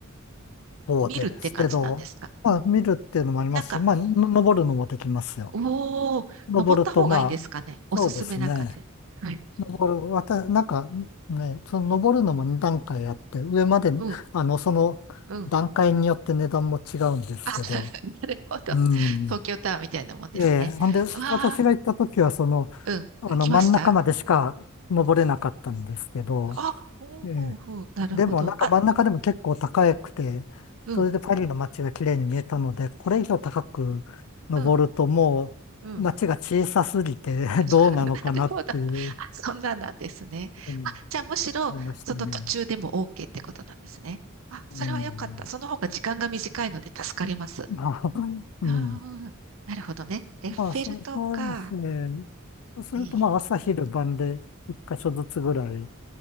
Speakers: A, on the left; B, on the right.
A: 塔ですけど、
B: 見るって感じなんですかうん。
A: まあ、見るっていうのもありますし、
B: なんか、
A: まあ、の登るのもできますよ。
B: おー、
A: 登ると、
B: 登った方がいいですかね。
A: まあ、
B: おすすめな感じ。
A: そうですね。
B: はい。
A: 登る、わた、なんか、ね、その登るのも2段階あって、上まで、
B: うん、
A: あの、その段階によって値段も違うんですけど、
B: うん。あ、<laughs> なるほど。
A: うん。
B: 東京タワーみたいなもんですね。
A: ええ、ほんで、
B: うわあ、
A: 私が行った時は、その、
B: うん。
A: あの、
B: 行きました
A: 真ん中までしか登れなかったんですけど、
B: あ、うん、うん、
A: ええ、
B: うん。なるほど。
A: でも、なんか真ん中でも結構高くて、
B: あ、うん、
A: それでパリの街が綺麗に見えたので、これ以上高く登るともう街が小さすぎて
B: うん、うん。<laughs>
A: <laughs> どうなのかなっていう
B: なるほど。あ、そんなんなんですね。
A: ふうに
B: あ、じゃあむしろ、
A: 思いましたね。
B: その途中でも OK ってことなんですね。あ、それは良かった。
A: うん。
B: その方が時間が短いので助かります。
A: まあ、うん。
B: あーなるほどね。エッフェル塔か。
A: まあ、そ、そうですね。そうすると、
B: いい。
A: まあ、朝昼晩で一箇所ずつぐらいち